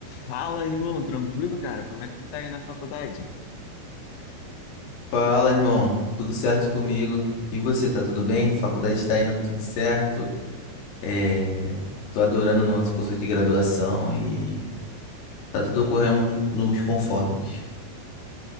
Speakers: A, on the left; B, on the left.
A: Fala, irmão, tranquilo, cara? Como é que tu tá aí na faculdade?
B: Fala, irmão. Tudo certo comigo? E você, tá tudo bem? Faculdade tá indo tudo certo. É... Tô adorando o nosso curso de graduação e tá tudo ocorrendo nos conformes.